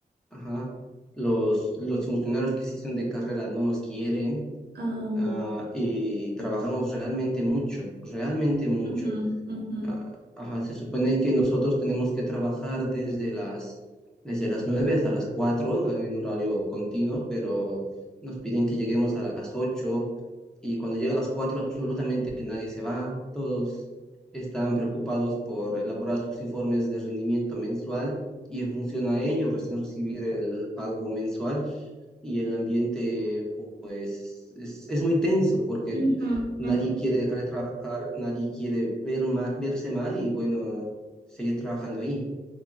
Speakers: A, in the centre; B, on the right.
A: ajá. Los, los funcionarios que sí son de carrera no nos quieren.
B: ah,
A: ah, y trabajamos realmente mucho, realmente mucho
B: ujú, ujú,
A: a- Ajá, se supone que nosotros tenemos que trabajar desde las, desde las 9 hasta las 4 eh, en horario continuo, pero nos piden que lleguemos a las ocho y cuando llega a las 4 absolutamente nadie se va, todos están preocupados por elaborar sus informes de rendimiento mensual y en función a ello recién recibir el pago mensual y el ambiente pues es, es muy tenso porque
B: ujú,
A: nadie
B: ujú.
A: quiere dejar de trabajar, nadie quiere ver ma- verse mal y bueno, seguir trabajando ahí.